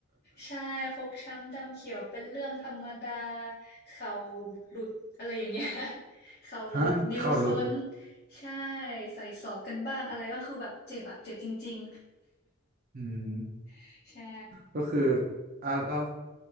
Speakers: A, on the left; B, on the right.
A: ใช่ฟกช้ำดำเขียวเป็นเรื่องธรรมดาเข่าหลุดอะไรอย่างเงี้ย <laughs> เข่าหลุดนิ้วซ้น
B: <laughs> ฮะเข้ารุด
A: ใช่ใส่ศอกกันบ้างอะไรบ้างคือแบบเจ็บอะเจ็บจริง
B: อืม
A: ๆใช่
B: ก็คืออ่าแล้ว